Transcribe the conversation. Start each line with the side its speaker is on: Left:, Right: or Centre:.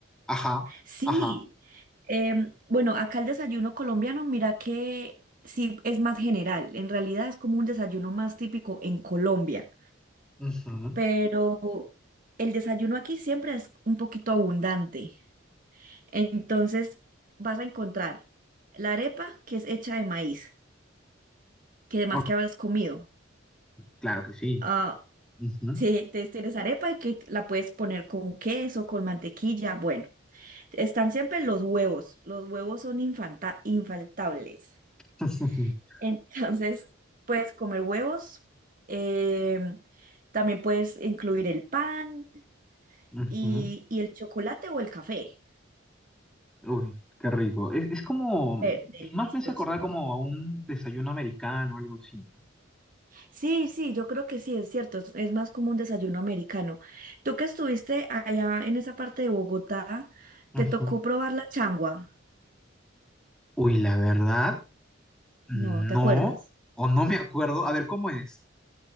Centre: Ajá,
Right: Sí.
Centre: ajá.
Right: Em, bueno, acá el desayuno colombiano, mira que sí es más general. En realidad es como un desayuno más típico en Colombia.
Centre: ujú.
Right: pero el desayuno aquí siempre es un poquito abundante. Entonces vas a encontrar la arepa que es hecha de maíz, que además
Centre: Oh,
Right: que habrás comido.
Centre: claro que sí.
Right: Ah,
Centre: ujú.
Right: sí, te- tienes arepa y que la puedes poner con queso, con mantequilla. Bueno, están siempre los huevos. Los huevos son infanta- infaltables.
Centre: <laughs>
Right: <laughs> Entonces puedes comer huevos. em, también puedes incluir el pan
Centre: Ujú.
Right: y, y el chocolate o el café.
Centre: Uy, qué rico. Es, es como,
Right: Eh, <laughs>
Centre: más me hace
Right: delicioso.
Centre: acordar como a un desayuno americano, algo así, ¿no?
Right: Sí, sí, yo creo que sí, es cierto, es, es más como un desayuno americano. Tú que estuviste allá en esa parte de Bogotá,
Centre: Ujú.
Right: ¿te tocó probar la changua?
Centre: Uy, la verdad, no,
Right: No, ¿te acuerdas?
Centre: o no me acuerdo. A ver, ¿cómo es?